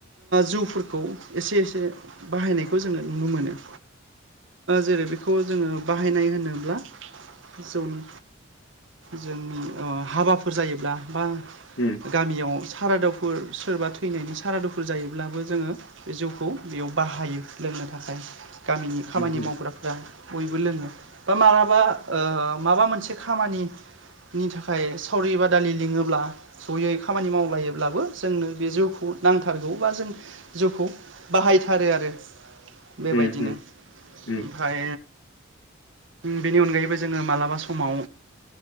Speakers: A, on the right; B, on the left.
A: जौ फोरखौ एसे एसे बाहायनायखौ जोङो नुनो मोनो। जेरै बेखौ जोङो बाहायनाय होनोब्ला जौनि जोंनि हाबाफोर जायोब्ला बा
B: उम
A: गामियाव सारुदुवाव सोरबा थैनायनि सारादुफुर जायोब्लाबो जोङो बे जौखौ बेयाव बाहायो लोंनो थाखाय। गामिनि खामानि
B: उम
A: मावग्राफ्रा बयबो लोङो। बा मालाबा माबा मोनसे खामानिनि थाखाय। सावरि बादालि लिङोब्ला जयै खामानि मावलायोब्लाबो जोंनो बे जिउखौ नांथारगौ बा जोंनो जौखौ बाहायथारो आरो बेबायदिनो
B: उम उम उम
A: ओमफ्राय। बेनि अनगायैबो जोङो मालाबा समाव